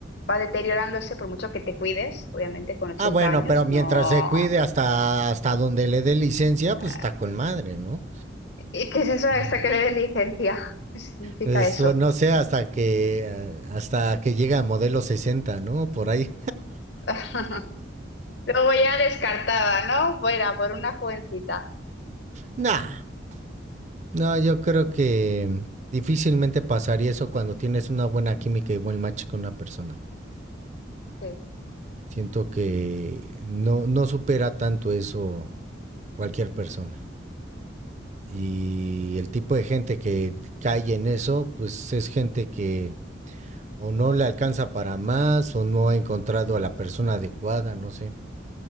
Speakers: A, on the left; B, on the right.
A: va deteriorándose por mucho que te cuides, obviamente con 80
B: Ah, bueno,
A: años,
B: pero mientras
A: no...
B: se cuide hasta hasta donde le dé licencia, pues
A: eh,
B: está con madre, ¿no?
A: ¿Y qué es eso hasta
B: Ujú.
A: que le den licencia? ¿Qué significa
B: Pues,
A: eso?
B: o no sé, hasta que eh, hasta que llega a modelo 60, ¿no? Por ahí.
A: <laughs> Luego ya descartada, ¿no? Fuera, por una jovencita.
B: <laughs> Nah, No, yo creo que difícilmente pasaría eso cuando tienes una buena química y buen match con una persona.
A: Sí.
B: Siento que no, no supera tanto eso cualquier persona. Y el tipo de gente que cae en eso, pues es gente que o no le alcanza para más o no ha encontrado a la persona adecuada, no sé,